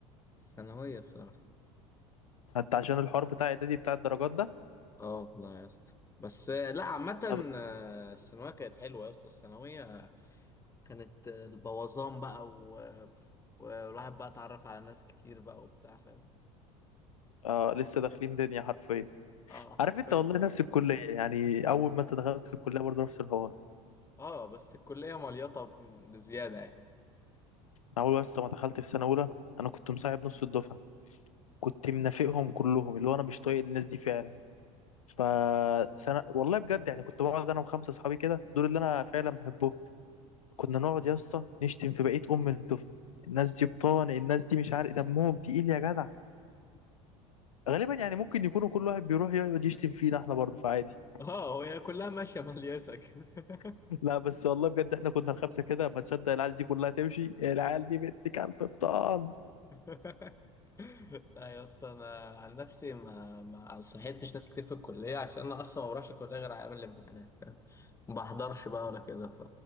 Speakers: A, on the left; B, on the left.
A: الثانويه بصراحه
B: حتى عشان الحوار بتاع اعدادي بتاع الدرجات ده
A: اه والله يا اسطى بس آه، لا عامه
B: طب
A: آه، الثانويه كانت حلوه يا اسطى الثانويه كانت آه، البوظان بقى و... والواحد بقى اتعرف على ناس كتير بقى وبتاع فاهم
B: آه لسه داخلين دنيا حرفيا
A: اه
B: عارف
A: حرفيا
B: انت والله نفس الكليه يعني اول ما انت دخلت الكليه برضه نفس الحوار
A: اه بس الكليه مليطه ب- بزياده يعني
B: انا اول بس ما دخلت في سنه اولى انا كنت مصاحب نص الدفعه كنت منافقهم كلهم اللي هو انا مش طايق الناس دي فعلا فسنه والله بجد يعني كنت بقعد انا وخمسه اصحابي كده دول اللي انا فعلا بحبهم كنا نقعد
A: <laughs>
B: يا اسطى نشتم في بقيه ام الدفعه الناس دي بطان الناس دي مش عارف دمهم تقيل يا جدع غالبا يعني ممكن يكونوا كل واحد بيروح يقعد يشتم فينا احنا برضه فعادي
A: اه هي كلها ماشيه ملياسه كده
B: <laughs> لا بس والله بجد احنا كنا الخمسه كده ما تصدق العيال دي كلها تمشي العيال دي بنت كلب بطان
A: <laughs> لا يا اسطى انا عن نفسي ما ما صحيتش ناس كتير في الكليه عشان انا اصلا ما بروحش الكليه غير على ايام الامتحانات فاهم ما بحضرش بقى ولا كده ف